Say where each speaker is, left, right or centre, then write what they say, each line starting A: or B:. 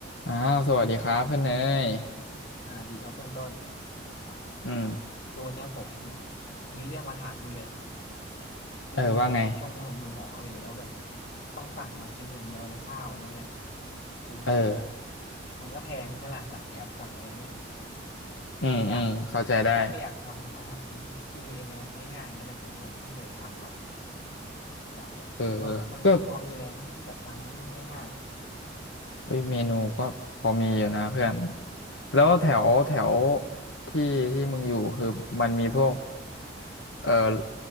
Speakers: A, on the left; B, on the left.
A: อ้าวสวัสดีครับเพื่อนเนย
B: อ่าดีครับเพื่อนต้นสวัสดีครับ
A: อืม
B: คือวันเนี้ยผมมีเรื่องมาถามคุณเลยคือผมช่วงเนี้ยผมอยู่หอเว้ยแล้วแบบ
A: เออว่าไง
B: ต้องสั่งมากินอย่างเดียวเลยข้าวอะไรเนี่ยคือ
A: เออ
B: มันก็แพงใช่ไหมล่ะสั่งแอปสั่งอะไรเนี่ยคือก็อยาก
A: อืมอืมเข้าใจได้
B: ก็อยากทำอาหารกินเองไงแบบง่ายๆนะแต่ผมแบบไม่เคยทำหรอกอยากแบบคุณว่ามันมันพอมีอะไรไหมที่แบบทำง่าย
A: เออก็เอ้ยเมนูก็พอมีอยู่นะเพื่อนแล้วแถวแถวที่ที่มึงอยู่คือมันมีพวกเออ